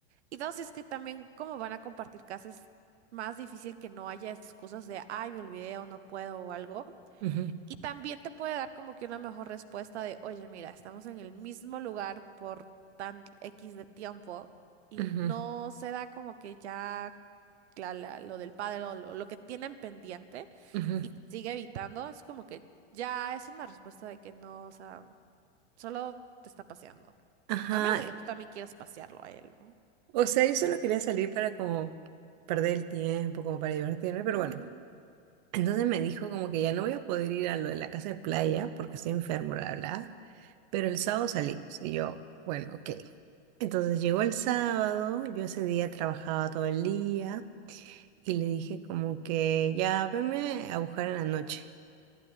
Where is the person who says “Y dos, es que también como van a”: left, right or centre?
Right